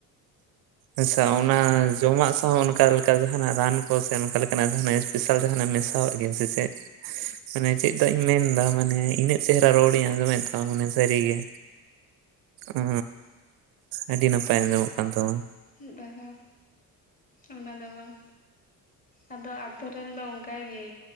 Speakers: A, on the right; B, on the left.
A: ᱟᱪᱪᱷᱟ, ᱚᱱᱟ ᱡᱚᱢᱟᱜ ᱥᱟᱶ, ᱚᱱᱠᱟ ᱞᱮᱠᱟ ᱡᱟᱦᱱᱟᱜ ᱨᱟᱱ ᱠᱚ ᱥᱮ ᱚᱱᱠᱟ ᱞᱮᱠᱟᱱᱟᱜ ᱡᱟᱦᱱᱟᱜ ᱥᱯᱮᱥᱟᱞ ᱡᱟᱦᱟᱱᱟᱜ ᱢᱮᱥᱟᱣᱟᱜ ᱜᱮᱭᱟ ᱥᱮ ᱪᱮᱫ? ᱢᱟᱱᱮ ᱪᱮᱫᱟᱜ ᱤᱧ ᱢᱮᱱᱫᱟ ᱢᱟᱱᱮ ᱤᱱᱟᱹᱜ ᱪᱮᱦᱨᱟ ᱨᱚᱲᱤᱧ ᱟᱸᱡᱚᱢ ᱮᱫ ᱛᱟᱢᱟ ᱢᱟᱱᱮ ᱥᱟᱹᱨᱤ ᱜᱮ, ᱚ ᱟᱹᱰᱤ ᱱᱟᱯᱟᱭ ᱟᱸᱡᱚᱢᱚᱜ ᱠᱟᱱ ᱛᱟᱢᱟ,
B: ᱫᱟᱜᱟᱣ ᱚᱱᱟ ᱫᱚ ᱵᱟᱝ, ᱟᱫᱚ ᱟᱹᱛᱳ ᱨᱮᱱ ᱫᱚ ᱚᱱᱠᱟᱜᱮ